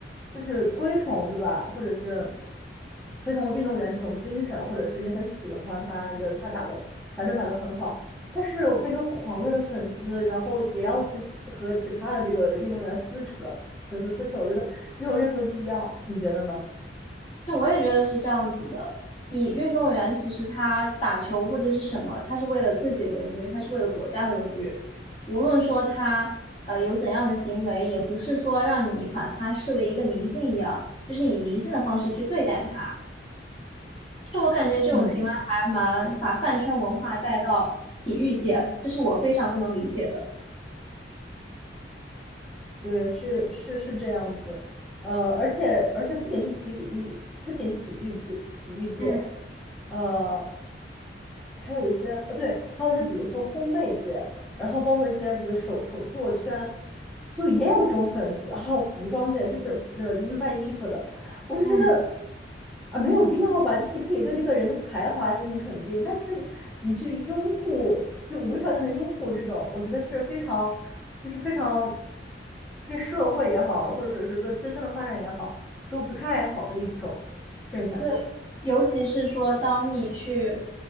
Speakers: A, in the centre; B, on the left.
A: 就是推崇，对吧？或者是推崇运动员这种精神，或者是你很喜欢他，你觉得他打的篮球打得很好。但是我变成狂热的粉丝，然后也要去撕和其他的这个运动员撕扯，粉丝撕扯，我觉得没有任何必要，你觉得呢？
B: 其实我也觉得是这样子的。你运动员其实他打球或者是什么，他是为了自己的荣誉，他是为了国家的荣誉。无论说他呃有怎样的行为，也不是说让你把他视为一个明星一样，就是以明星的方式去对待他。就是我感觉这种行为还蛮把饭圈文化带到体育界，
A: 嗯，
B: 这是我非常不能理解的。
A: 对，是是是这样子，呃，而且而且不仅是体育，不仅是体育界体育界，
B: 嗯
A: 呃，还有一些呃，对，还有一些比如说烘焙界，然后包括一些这个手手作圈，就也有这种粉丝，还有服装界，就是呃就是卖衣服的，我就觉得
B: 嗯，
A: 啊没有必要吧，就是你可以对这个人的才华进行肯定，但是你去拥护，就无条件的拥护这种，我觉得是非常就是非常对社会也好，或者是对自身的发展也好，都不太好的一种现象。
B: 对，尤其是说，当你去